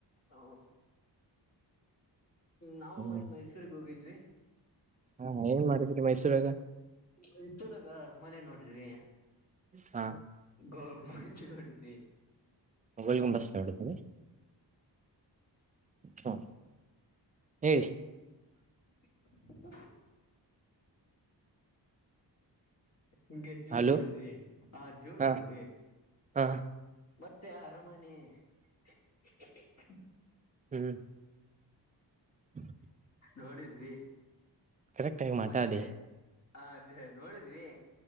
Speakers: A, on the left; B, on the right.
A: ಹ ನಾವು
B: ಹ್ಮ್
A: ಮೊನ್ ಮೈಸೂರಿಗ್ ಹೋಗಿದ್ವಿ.
B: ಹಾ ಹ ಏನ್ ಮಾಡಿದ್ರಿ ಮೈಸೂರಾಗ.
A: ಮೈಸೂರಗ ಅರ್ಮನೆ ನೋಡಿದ್ವಿ.
B: ಹಾ.
A: ಗೊಲ್ಗುಬಸ್ ನೋಡಿದ್ವಿ.
B: ಗೋಲ್ಗುಂಬಸ್ ನೋಡಿದ್ನಿ. ಹಾ ಹೇಳಿ.
A: <inaudible> ಅಂಗೆ ಜೂ
B: ಹಲೋ
A: ನೋಡಿದ್ವಿ ಆ ಜೂ
B: ಹಾ
A: ನೋಡಿದ್ವಿ.
B: ಹಾ.
A: ಮತ್ತೆ ಅರಮನಿ. <inaudible>
B: ಹ್ಮ್. <inaudible>
A: ನೋಡಿದ್ವಿ
B: ಕರೆಕ್ಟ್ ಆಗಿ ಮಾತಾಡಿ
A: ಮತ್ತೆ ಅದೆ ನೋಡಿದ್ವಿ.